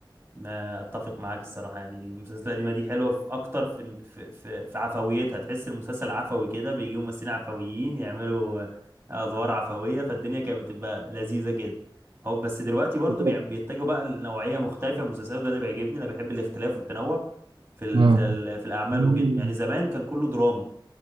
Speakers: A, on the right; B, on the right.
A: ما اتفق معاك الصراحه يعني المسلسلات القديمه دي حلوه في اكتر في في في, في عفويتها تحس المسلسل عفوي كده بيجيبوا ممثلين عفويين يعملوا ادوار عفويه فالدنيا كانت بتبقى لذيذه كده هو بس دلوقتي برضو
B: بالظبط.
A: بيع- بيتجهوا بقى لنوعيه مختلفه من المسلسلات وده اللي بيعجبني انا بحب الاختلاف والتنوع في ال
B: اه
A: في ال في الاعمال
B: مم.
A: وكده يعني زمان كان كله دراما